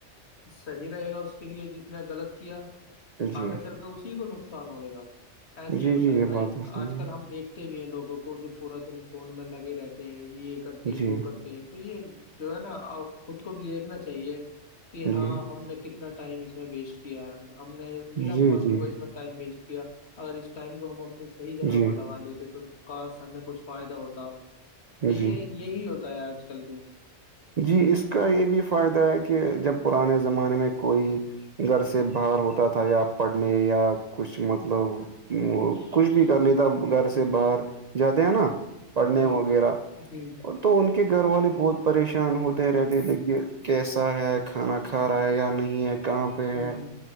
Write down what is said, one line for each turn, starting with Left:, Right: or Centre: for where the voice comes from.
Left: صحیح رہے گا اس کے لیے جس نے غلط کیا
Right: جی
Left: آگے چل کے اسی کو نقصان ہوئے گا ایسے ہی
Right: جی
Left: ہوتا
Right: جی
Left: ہے
Right: یہ
Left: بھائی
Right: بات تو صحیح
Left: آج کل
Right: ہے
Left: ہم دیکھ بھی ہیں لوگوں کو جو پورا دن فون میں لگے رہتے ہیں یہ کرتے ہیں
Right: جی
Left: وہ کر تو یہ جو ہے نا خود کو بھی دیکھنا چاہیے کہ ہاں
Right: جی
Left: ہم نے ک اپنا ٹائم اس میں ویسٹ کیا ہم نے بنا
Right: جی جی
Left: فالتو کو اس میں ٹائم ویسٹ کیا اگر اس ٹائم کو ہم اپنی صحی جگہ
Right: جی
Left: پر لگا لیتے تو کا ہمیں کچھ فائدہ ہوتا تو یہ
Right: جی
Left: یہی ہوتا ہے آج کل کے
Right: جی اس کا یہ بھی فائدہ ہے کہ جب پرانے زمانے میں کوئی گھر سے باہر ہوتا تھا یا پڑھنے یا کچھ مطلب وہ کچھ بھی کر لیتا گھر سے باہر جاتے ہیں نا
Left: جی
Right: پڑھنے
Left: جی
Right: وغیرہ
Left: جی جی
Right: تو ان کے گھر والے بہت پریشان ہوتے رہتے تھے کہ کیسا ہے کھانا کھا رہا ہے یا نہیں ہے کہاں پہ ہے
Left: ہ